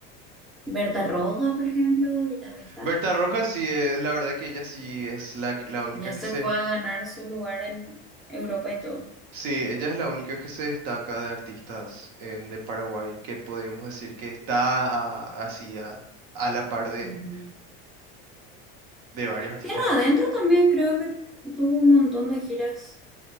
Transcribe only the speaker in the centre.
Berta Roja, por ejemplo, guitarrista,
ya
se
fue a ganar su lugar en Europa y todo.
Mm.
Tierra
Adentro también creo que tuvo un montón de giras,